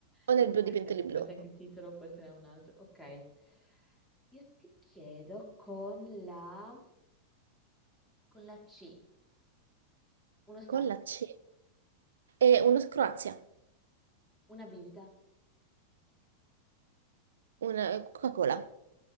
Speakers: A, on the right (about 65°); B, in the centre.
A: O
B: Che
A: nel
B: non
A: blu
B: so mai
A: di Pentoli
B: se effettivamente
A: Blu.
B: anche il titolo, poi se n'è un altro. Ok. Io ti chiedo con la... con la C. Uno stato,
A: Con la C. E uno Croazia,
B: una bibita,
A: una Coca-Cola,